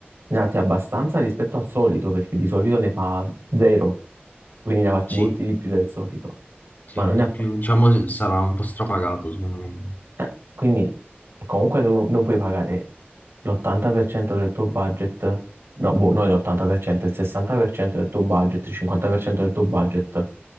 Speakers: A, on the right (about 80°); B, on the left (about 45°).
A: ne ha fatti abbastanza rispetto al solito, perché di solito ne fa 0. Quindi ne ha fatti
B: Sì,
A: molti di più del solito.
B: Sì,
A: Ma
B: ha
A: non
B: fatto
A: ne ha,
B: più, diciamo, sarà un po' strapagato, secondo me.
A: Eh, quindi comunque tu non puoi pagare l'80% del tuo budget, no, boh, noi l'80%, il 60% del tuo budget, il 50% del tuo budget,